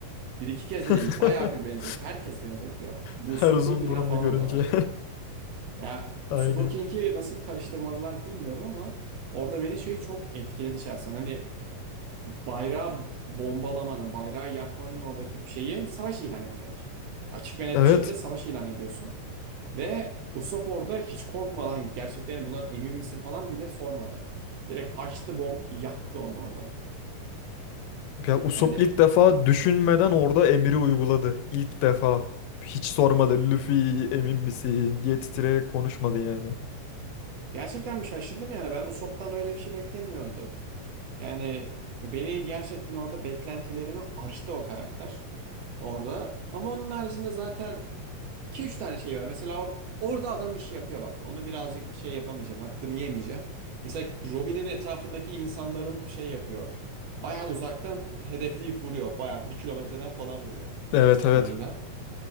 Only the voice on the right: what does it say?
Bir iki kez
de değil. Bayağı bir benzetiyor. Herkes benzetiyor. Bu
Usopp
değil mi
ya falan
oluyorlar. Ya
Sogo King'i nasıl karıştırmadılar bilmiyorum ama orada beni şey çok etkiledi şahsen. Hani Bayrağı bombalamanın, bayrağı yakmanın oradaki şeyi savaş ilan etmek. Açık ve net
bir şekilde savaş ilan ediyorsun. Ve Usopp orada hiç korkmadan gerçeklerini bundan emin misin falan bile sormadı. Direkt açtı bomb yaktı onu orada.
Yani
gerçekten bir şaşırdım yani ben Usopp'tan öyle bir şey beklemiyordu. Yani beni gerçekten orada beklentilerimi aştı o karakter orada. Ama onun haricinde zaten iki üç tane şey var. Mesela or- orada adam işi yapıyor bak. Onu birazcık şey yapamayacağım, hakkını yemeyeceğim. Mesela Robin'in etrafındaki insanları şey yapıyor. Bayağı uzaktan hedefleyip vuruyor. Bayağı bir kilometreden falan vuruyor
sapanıyla.